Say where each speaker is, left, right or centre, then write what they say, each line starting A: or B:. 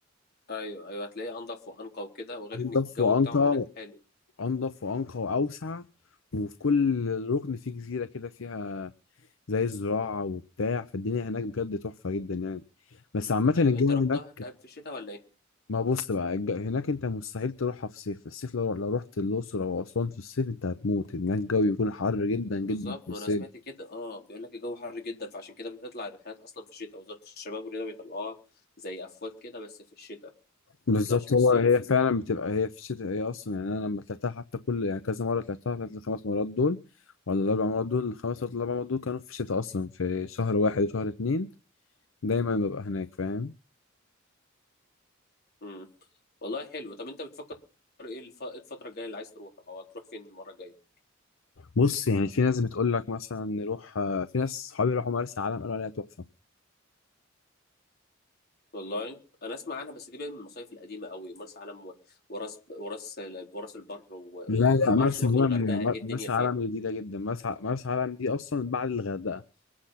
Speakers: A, on the left (about 50°); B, on the left (about 70°).
A: أيوه أيوه هتلاقيه أنضف وأنقى وكده وغير
B: انضف
A: إن الجو
B: وانقى
A: بتاعهم هناك حلو
B: انضف وانقى واوسع وفي كل ركن فيه جزيره كده فيها زي الزراعه وبتاع فالدنيا هناك بجد تحفه جدا يعني بس عامه
A: أيوه
B: الجو
A: أنت رحتها
B: هناك
A: كان في الشتاء ولا إيه؟
B: ما بص بقى الج- هناك انت مستحيل تروحها في صيف الصيف لو لو رحت الاقصر او اسوان في الصيف انت هتموت هناك الجو بيكون حر جدا
A: بالظبط
B: جدا في
A: ما
B: الصيف
A: انا سمعت كده اه بيقول لك الجو حر جدا فعشان كده بتطلع الرحلات اصلا في الشتاء وزارة الشباب والرياضة بيطلعوها زي افواج كده بس في الشتاء
B: بالظبط
A: ما بتطلعش في
B: هو
A: الصيف
B: هي فعلا بتبقى هي في الشتاء هي اصلا يعني انا لما طلعتها حتى كل يعني كذا مره طلعتها طلعت الخمس مرات دول ولا الاربع مرات دول الخمس ولا الاربع مرات دول كانوا في الشتاء اصلا في شهر واحد وشهر اتنين دايما ببقى هناك فاهم
A: امم والله حلو طب انت بتفكر ايه الف- إيه الفترة الجاية اللي عايز تروح او هتروح فين المرة الجاية
B: بص يعني في ناس بتقول لك مثلا نروح في ناس صحابي راحوا مرسى علم قالوا عليها تحفه
A: والله انا اسمع عنها بس دي بقى من المصايف القديمة قوي مرسى علم و- وراس وراس وراس البر وما
B: لا لا مرسى
A: اعرفش برضو
B: علم
A: الغردقة ايه
B: مر-
A: الدنيا
B: مرسى
A: فيها
B: علم جديدة جدا مرسى مرسى علم دي أصلا بعد الغردقة